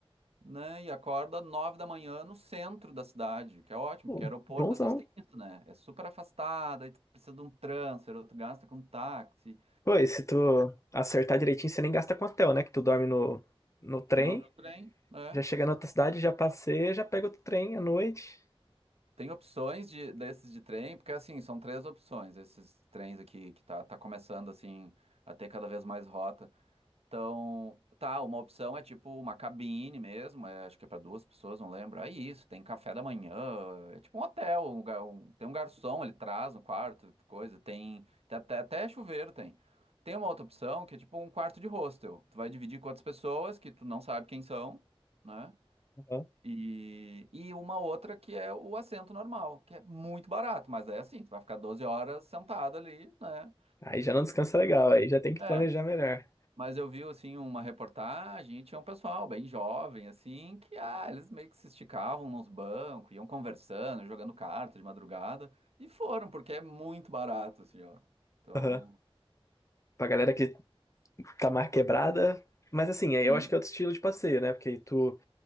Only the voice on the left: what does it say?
Pô,
bonzão.
Pô, e se tu acertar direitinho, você nem gasta com hotel, né? Que tu dorme no, no trem
Já chega na outra cidade, já passeia, já pega outro trem à noite.
Aham.
Aí já não descansa legal, aí já tem que
planejar melhor.
Aham. Pra galera que tá mais quebrada. Mas assim,
aí eu acho que é outro estilo de passeio, né? Porque tu